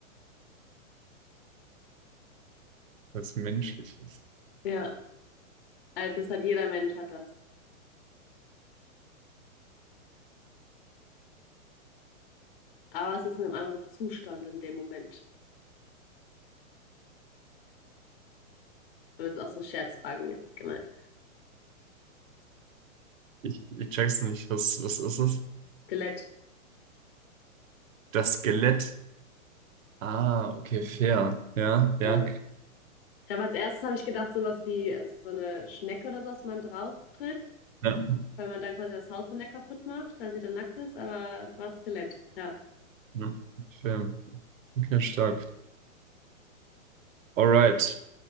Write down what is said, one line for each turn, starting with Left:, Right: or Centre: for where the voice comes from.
Right: was menschlich ist.
Left: Ja, also das hat jeder Mensch hat das. Aber es ist in einem anderen Zustand in dem Moment. Und das ist auch so scherzfragenmäßig gemeint.
Right: Ich, ich check's nicht, was, was ist es?
Left: Skelett.
Right: Das Skelett. Ah, okay, fair. Ja, ja,
Left: Ja. Ich habe als erstes habe ich gedacht, sowas wie also so eine Schnecke oder so, dass man drauf tritt,
Right: ja.
Left: weil man dann quasi das Haus von der kaputt macht, weil sie dann nackt ist, aber es war Skelett. Ja,
Right: ja. Fair. Okay, stark. Alright.